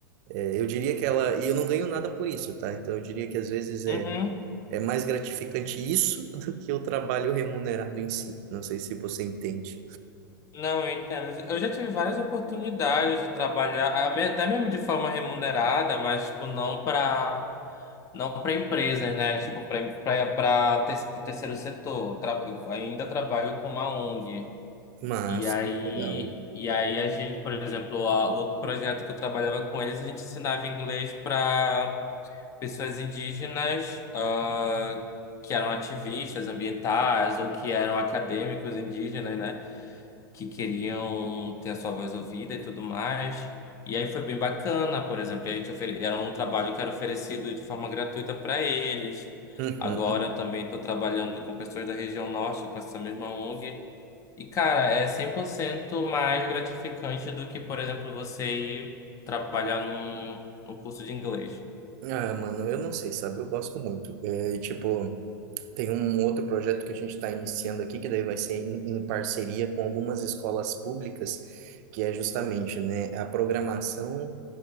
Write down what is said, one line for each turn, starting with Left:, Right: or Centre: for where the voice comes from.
Right: É, eu diria que ela, e eu não ganho nada por isso, tá? Então eu diria que às vezes é,
Left: Uhum.
Right: é mais gratificante isso <laughs> do que o trabalho remunerado em si. Não sei se você entende.
Left: Não, eu entendo. Eu já tive várias oportunidades de trabalhar, a me- até mesmo de forma remunerada, mas tipo, não para não para empresas, né? Tipo, para o terceiro setor. Tra- eu ainda trabalho com uma ONG.
Right: massa
Left: E aí,
Right: que legal.
Left: e aí a gente, por exemplo, a, o outro projeto que eu trabalhava com eles, a gente ensinava inglês para pessoas indígenas ah, que eram ativistas ambientais ou que eram acadêmicos indígenas, né? Que queriam ter a sua voz ouvida e tudo mais. E aí foi bem bacana, por exemplo, a gente ofere... era um trabalho que era oferecido de forma gratuita para eles.
Right: Uhum.
Left: Agora eu também estou trabalhando com pessoas da região norte, com essa mesma ONG. E, cara, é 100% mais gratificante do que, por exemplo, você ir trabalhar num, num curso de inglês.
Right: Ah, mano, eu não sei, sabe? Eu gosto muito. É, e, tipo, tem um outro projeto que a gente está iniciando aqui, que daí vai ser em, em parceria com algumas escolas públicas, que é justamente, né, a programação